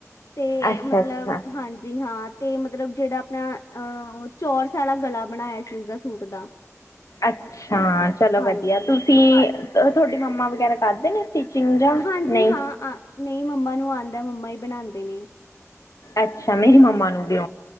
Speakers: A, on the left; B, on the left.
A: ਤੇ
B: ਅੱਛਾ
A: ਮਤਲਬ
B: ਅੱਛਾ
A: ਹਾਂਜੀ ਹਾਂ- ਤੇ ਮਤਲਬ ਜਿਹੜਾ ਆਪਣਾ ਅ ਚੋਰਸ ਆਲਾ ਗਲਾ ਬਣਾਇਆ ਸੀ ਉਹਦਾ ਸੂਟ ਦਾ।
B: ਅੱਛਾ ਚਲੋ
A: ਹਾਂਜੀ
B: ਵਧੀਆ ਤੁਸੀਂ- ਤੁਹਾਡੀ ਮੰਮਾ ਵਗੈਰਾ ਕਰਦੇ ਨੇ- ਸਟਿਚਿੰਗ ਜਾਂ
A: ਹਾਂਜੀ
B: ਨਹੀਂ
A: ਹਾਂ ਅ ਨਹੀਂ ਮੰਮਾ ਨੂੰ ਆ- ਮੰਮਾ ਹੀ ਬਣਾਦੇ ਨੇ।
B: ਅੱਛਾ ਮੇਰੀ ਮੰਮਾ ਨੂੰ ਔਦੇ-